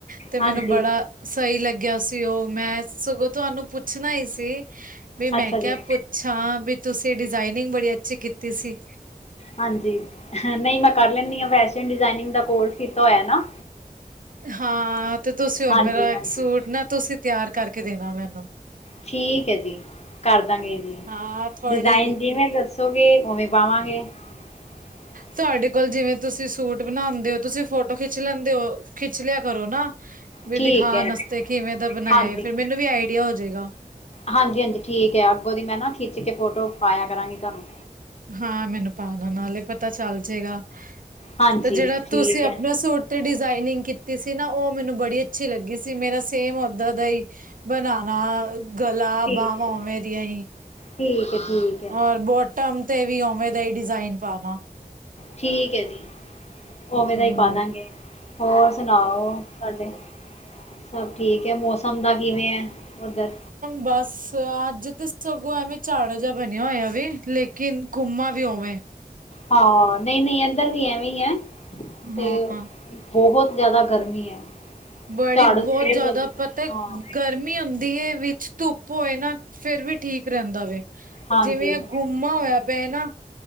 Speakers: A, on the right; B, on the left.
A: ਤੇ ਮੈਨੂੰ
B: ਹਾਂਜੀ
A: ਬੜਾ ਸਹੀ ਲੱਗਿਆ ਸੀ ਉਹ ਮੈਂ ਸਗੋਂ ਤੁਹਾਨੂੰ ਪੁੱਛਣਾ ਹੀ ਸੀ ਵੀ ਮੈਂ
B: ਅੱਛਾ ਜੀ
A: ਕਿਹਾ ਛਾਂ ਵੀ ਤੁਸੀਂ ਡਿਜ਼ਾਇਨਿੰਗ ਬੜੀ ਅੱਛੀ ਕੀਤੀ ਸੀ
B: ਹਾਂਜੀ ਨਹੀਂ ਮੈਂ ਕਰ ਲੈਂਦੀ ਹਾਂ ਫੈਸ਼ਨ ਡਿਜਾਇਨਿੰਗ ਦਾ ਕੋਰਸ ਕੀਤਾ ਹੋਇਆ ਨਾ
A: ਹਾਂ ਤੇ ਤੁਸੀਂ ਹੁਣ
B: ਹਾਂਜੀ
A: ਮੇਰਾ ਇੱਕ
B: ਹਾਂਜੀ
A: ਸੂਟ ਨਾ ਤੁਸੀਂ ਤਿਆਰ ਕਰਕੇ ਦੇਣਾ ਮੈਨੂੰ
B: ਠੀਕ ਜੀ ਕਰਦਾਂਗੇ ਜੀ
A: ਹਾਂ ਥੋੜੀ
B: ਡਿਜ਼ਾਇਨ ਜਿਵੇਂ ਦੱਸਉਂਗੇ ਦੱਸੋਗੇ ਉਵੇਂ ਪਾਵਾਂਗੇ <inaudible>
A: ਤੁਹਾਡੇ ਕੋਲ ਜਿਵੇਂ ਤੁਸੀਂ ਸੂਟ ਬਣਾਉਂਦੇ ਹੋ ਤੁਸੀਂ ਫੋਟੋ ਖਿੱਚ ਲੈਂਦੇ ਹੋ ਖਿੱਚ ਲਿਆ ਕਰੋ ਨਾ ਵੀ
B: ਠੀਕ
A: ਦਿਖਾਣ
B: ਹੈ
A: ਵਾਸਤੇ ਕਿਵੇਂ ਦਾ ਬਣਾਇਆ
B: ਹਾਂਜੀ
A: ਫਿਰ ਮੈਨੂੰ ਵੀ ਆਈਡੀਆ ਹੋ ਜਾਏਗਾ
B: ਹਾਂਜੀ ਹਾਂਜੀ ਠੀਕ ਹੈ ਅੱਗੋਂ ਦੀ ਮੈਂ ਨਾ ਖਿੱਚ ਕੇ ਫੋਟੋ ਪਾਇਆ ਕਰਾਂਗੀ ਤੁਹਾਨੂੰ
A: ਹਾਂ ਮੈਨੂੰ ਪਾਉਣ ਨਾਲ ਹੀ ਪਤਾ ਚੱਲ ਜੇਗਾ
B: ਹਾਂਜੀ
A: ਤੇ ਜਿਹੜਾ
B: ਠੀਕ
A: ਤੁਸੀਂ
B: ਹੈ
A: ਆਪਣੇ ਸੂਟ ਤੇ ਡਿਜ਼ਾਇਨਿੰਗ ਕੀਤੀ ਸੀ ਨਾ ਉਹ ਮੈਨੂੰ ਬੜੀ ਅੱਛੀ ਲੱਗੀ ਸੀ ਮੇਰਾ ਸੇਮ ਉੱਦਾ ਦਾ ਹੀ ਬਨਾਣਾ ਗਲਾ
B: ਠੀਕ
A: ਬਾਾਹਵਾਂ
B: ਹੈ
A: ਉਵੇਂ ਦੀਆਂ ਹੀ
B: ਠੀਕ ਹੈ ਠੀਕ ਹੈ
A: ਔਰ ਬੋਟਮ ਤੇ ਓਵੇਂ ਓਵੇਂ ਦਾ ਹੀ ਡਿਜ਼ਾਇਨ ਪਾਣਾ
B: ਠੀਕ ਹੈ ਜੀ
A: ਹੂੰ।
B: ਉਵੇਂ ਦਾ ਹੀ ਪਾ ਦਾਂਗੇ ਹੋਰ ਸੁਣਾਓ ਸਾਡੇ ਸਭ ਠੀਕ ਹੈ ਮੌਸਮ ਦਾ ਕਿਵੇਂ ਹੈ ਉੱਧਰ
A: ਬੱਸ ਅਜ ਤਾਂ ਸਗੋਂ ਐਵੇਂ ਚਾੜ੍ਹਾ ਜਿਹਾ ਬਣਿਆ ਹੋਇਆ ਵੇ ਲੇਕਿਨ ਘੁੰਮਾ ਵੀ ਉਵੇਂ
B: ਹਾਂ ਨਹੀਂ ਨਹੀਂ ਅੰਦਰ ਵੀ ਐਵੇਂ ਹੀ ਹੈ ਤੇ
A: ਹਾਂ
B: ਬਹੁਤ ਜਿਆਦਾ ਗਰਮੀ ਹੈ
A: ਬੜੀ
B: ਝਾੜ
A: ਬਹੁਤ
B: ਸਵੇਰ
A: ਜਿਆਦਾ
B: ਦਾ ਹੀ
A: ਪਤਾ
B: ਹਾਂ
A: ਗਰਮੀ ਹੁੰਦੀ ਹੈ ਵਿੱਚ ਧੁੱਪ ਹੋਏ ਨਾ ਫਿਰ ਵੀ ਠੀਕ ਰਹਿੰਦਾ ਵੇ
B: ਹਾਂਜੀ
A: ਜਿਵੇਂ ਗੁੰਮਾ ਹੋਇਆ ਪਏ ਨਾ